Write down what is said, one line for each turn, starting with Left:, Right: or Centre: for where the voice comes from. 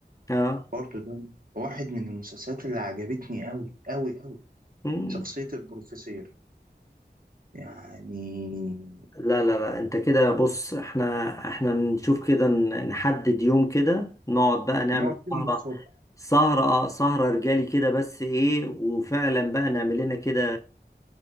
Left: اه
Right: برضه ده واحد من المسلسلات اللي عجبتني قوي قوي قوي
Left: مم.
Right: شخصيه البروفيسور يعني
Left: لا لا لا انت كده بص احنا احنا نشوف كده ن- نحدد يوم كده نقعد بقى نعمل
Right: نقعد من
Left: سهرة
Right: الصبح
Left: سهرة اه سهرة رجالي كده بس ايه وفعلا بقى نعمل لنا كده